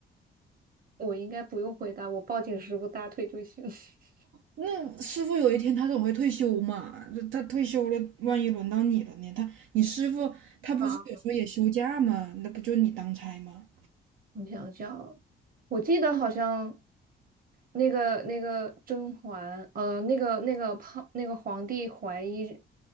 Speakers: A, on the right; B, on the right.
A: 我应该不用回答，我抱紧师傅大腿就行。<laughs>
B: 那师傅有一天他总会退休嘛，就他退休了，万一轮到你了呢？他你师傅他不是有时候也休假吗？
A: 啊，
B: 那不就你当差吗？
A: 我想想，我记得好像那个那个甄嬛，呃，那个那个胖那个皇帝怀疑